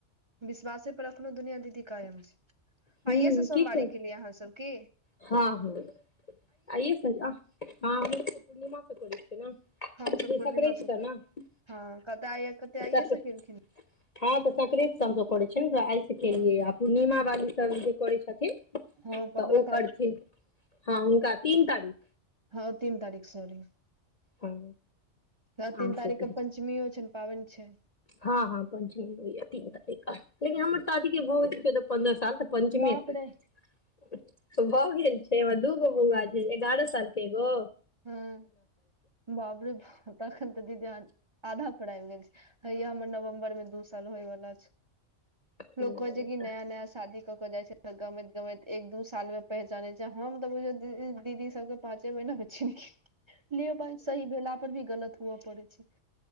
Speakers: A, on the right; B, on the left.
A: विश्वासे पर अखनो दुनिया दीदी कायम छै।
B: हूँ
A: आइे से सोमवारी
B: की कर
A: के लिए अहाँ सब की?
B: हँ हँ आइे से नै ह हमोके पूर्णिमा से करै छियै ने।
A: हमस
B: ई
A: पूर्णिमा
B: संक्रान्ति
A: सब
B: सँ ने
A: हँ कत आ कते आइए
B: सक
A: स केलखिन।
B: हँ तऽ संक्रांत सभ हमसभ करै छियै ने त आस केलियै
A: हँ
B: आ पूर्णिमा वाली सब जे करै छथिन।
A: हाँ पंद्रह क
B: करथि हँ हुनका तीन तारीख
A: हँ तीन तारीख सॉरी
B: हँ
A: आ
B: अहाँ
A: तीन
B: सबके
A: तारख के पञ्चमी अ पाबनि छै।
B: हँ हँ पंचचमी होइया तीन तारीख क लेकिन हमर शादी के भऽ गेलइ छै पन्द्रह साल त पञ्चमी
A: बाप
B: <unintelligible>
A: रे
B: भऽ गेल छै हमर दूगो बऊआ छे एगारह साल के एको
A: हँ बाबरे भ तखन तऽ दीदा आधा पर आबि गेल छै हैय हमर नवम्बर में दू साल होय वला छै।
B: नहि
A: लोक कहै छै कि
B: तऽ
A: नया नया शादी कऽ के जाइ छै तऽ गमैत गमैत एक दू साल में पहचाने छै हम तऽ बुझौ दीदी सबके पाँचे महिना में चिन के लियौ बइ सही भेला पर भी गलत हुवअ पड़ैत छै।